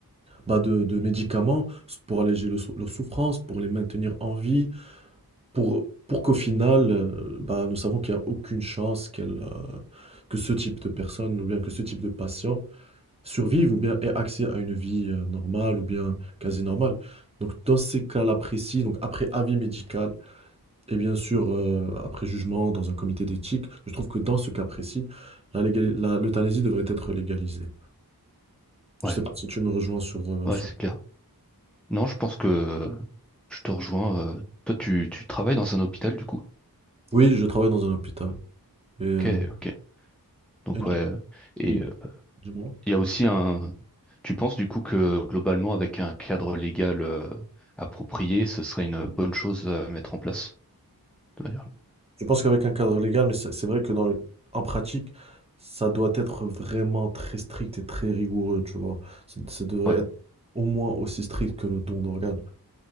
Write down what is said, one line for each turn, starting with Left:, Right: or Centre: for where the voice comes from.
Right: bah, de, de médicaments s- pour alléger le sou- leur souffrance, pour les maintenir en vie, pour, pour qu'au final, euh, bah, nous savons qu'il n'y a aucune chance qu'elle, euh, que ce type de personne ou bien que ce type de patient survive ou bien ait accès à une vie euh, normale ou bien quasi normale. Donc, dans ces cas-là précis, donc après avis médical, et bien sûr, heu, après jugement dans un comité d'éthique, je trouve que dans ce cas précis, la légali la l'euthanasie devrait être légalisée.
Centre: ouais,
Right: Je sais pas si tu me rejoins sur, heu,
Centre: ouais,
Right: sur
Centre: c'est clair. Non, je pense que euh, je te rejoins. euh, toi, tu, tu travailles dans un hôpital, du coup.
Right: oui, je travaille dans un hôpital et heu
Centre: Ok, ok. Donc,
Right: et du
Centre: ouais. euh, Et
Right: oui,
Centre: euh,
Right: dis-moi?
Centre: il y a aussi un. Tu penses, du coup, que globalement, avec un cadre légal euh, approprié, ce serait une bonne chose à mettre en place, de manière-
Right: Je pense qu'avec un cadre légal, mais c'est c'est vrai que dans le en pratique, ça doit être vraiment très strict et très rigoureux, tu vois? Ça ça devrait
Centre: Ouais,
Right: être au moins aussi strict que le don d'organes.